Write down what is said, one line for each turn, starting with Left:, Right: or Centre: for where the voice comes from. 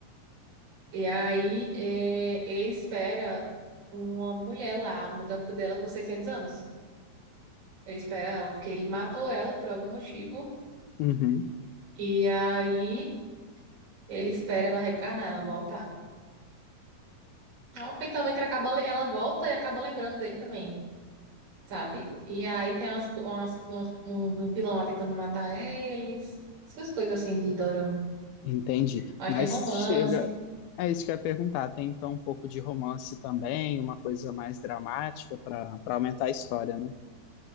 Right: E aí é, ele espera uma mulher lá, muda dela por 600 anos. Ele espera ela, porque ele matou ela por algum motivo.
Left: Uhum.
Right: E aí ele espera ela reencarnar, ela voltar. Não, porque também ela acaba, ela volta e acaba lembrando dele também, sabe? E aí tem umas, umas- umas- um, um vilão lá tentando matar eles, essas coisas assim de dorama.
Left: Entendi.
Right: Mas
Left: Mas
Right: tem romance,
Left: chega. É isso que eu ia perguntar. Tem então um pouco de romance também, uma coisa mais dramática para para aumentar a história, né?